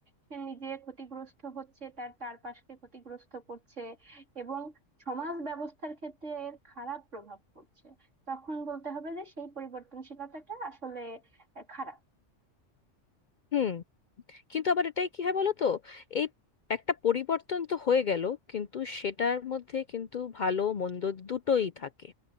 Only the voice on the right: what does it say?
সে নিজে ক্ষতিগ্রস্ত হচ্ছে তার চারপাশকে ক্ষতিগ্রস্ত করছে এবং সমাজ ব্যবস্থার ক্ষেত্রে এর খারাপ প্রভাব পড়ছে তখন বলতে হবে যে সেই পরিবর্তনশীলতাটা আসলে খারাপ